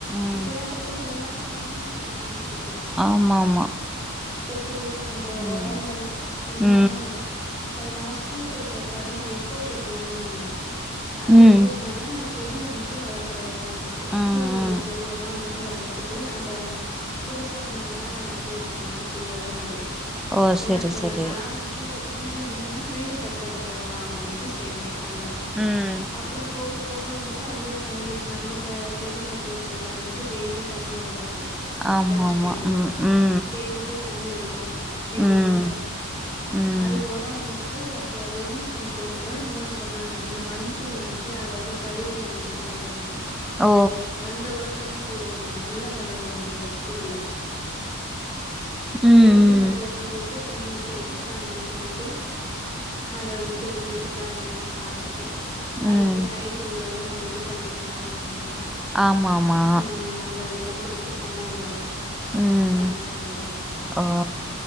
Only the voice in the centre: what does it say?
ம்
ஆமா ஆமா
ம்
ம்
ம்
ம்
ம்
ஓ செரி
செரி
உம்
ஆமா
ஆமா
ம்
ம்
ம்
ம்
ம் ம்
ஓ
ம்
ம்
ம்
ஆமா ஆமா
ம்
ஓ